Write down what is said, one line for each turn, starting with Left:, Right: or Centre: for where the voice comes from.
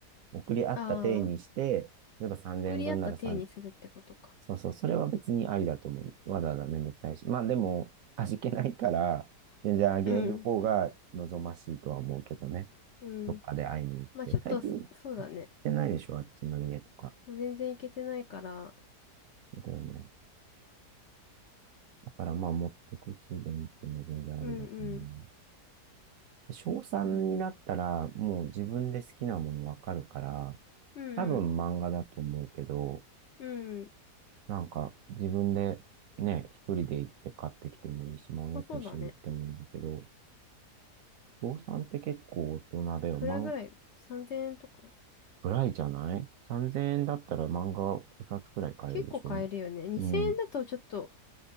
Right: 送り合った体にして、
Left: ああ、
Right: 例えば3 0分なら3、
Left: 送り合った体にするってことか。
Right: そうそう、それは別にありだと思う。わざわざめんどくさいし。まあでも、味気ないから、全然あげる方が望ましいとは思うけどね。
Left: うん、うん。
Right: どっかで会いに行って。
Left: まあちょっとそ、
Right: 最近行ってないでしょ、
Left: そうだね。
Right: あっちの家とか。
Left: 全然いけてないから、
Right: だよね。だからまあ持ってくついでにっていうのは全然ありだと思うな。
Left: うんうん。
Right: 小3になったら、
Left: まあ、
Right: もう自分で好きなものわかるから、
Left: うんうん、
Right: 多分漫画だと思うけど、
Left: うん。
Right: なんか自分でね、一人で行って買ってきてもいいし、まあ親と一緒に行ってもいいんだけど、
Left: まあそうだね。
Right: 小3って結構大人だよ。
Left: いくらぐらい
Right: 漫画、
Left: ?3000 円とか
Right: ぐらいじゃない ?3000 円だったら漫画5冊くらい買えるでしょ
Left: 結構買えるよね。2000円だとちょっと、
Right: うん、う